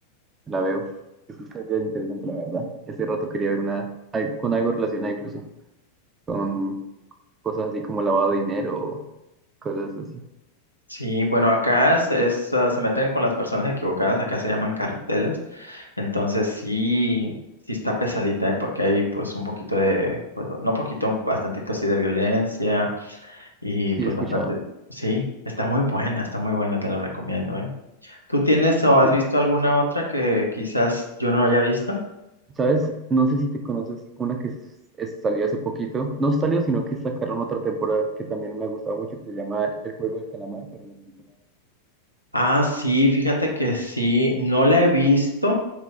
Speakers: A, on the right; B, on the right.
A: La veo. Es una historia interesante, la verdad. Y hace rato quería ver una al- con algo relacionado incluso con cosas así como lavado de dinero, cosas así.
B: Sí, bueno, acá es, es, ah, se meten con las personas equivocadas, acá se llaman carteles, entonces sí, sí está pesadita, ¿eh? Porque hay pues un poquito de, pues, no poquito, un bastantito así de violencia y
A: Sí,
B: pues
A: he escuchado.
B: bastante, sí, está muy buena, está muy buena, te la recomiendo, ¿eh? ¿Tú tienes o has
A: Sí.
B: visto alguna otra que quizás yo no haya visto?
A: ¿Sabes? No sé si te conoces una que es- es- salió hace poquito. No salió, sino que sacaron otra temporada que también me ha gustado mucho, que se llama El Juego del Calamar, pero la temporada.
B: Ah, sí, fíjate que sí, no la he visto.